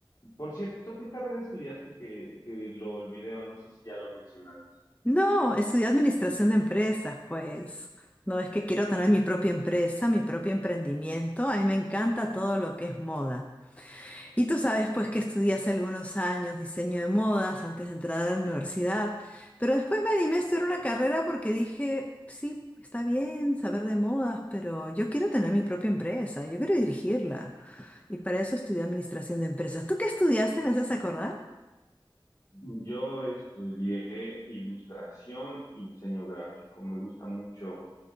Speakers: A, on the left (about 45°); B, on the left (about 15°).
A: por cierto, ¿qué carrera estudiaste que, que lo olvidé o no sé si ya lo mencionaste?
B: No, estudié administración de empresas, pues. No es que quiero tener mi propia empresa, mi propio emprendimiento. A mí me encanta todo lo que es moda. Y tú sabes, pues, que estudié hace algunos años diseño de modas antes de entrar a la universidad. Pero después me animé a estudiar una carrera porque dije, sí, está bien saber de modas, pero yo quiero tener mi propia empresa, yo quiero dirigirla. Y para eso estudié administración de empresas. ¿Tú qué estudiaste? ¿Me haces acordar?
A: Yo estudié ilustración y diseño gráfico. Me gusta mucho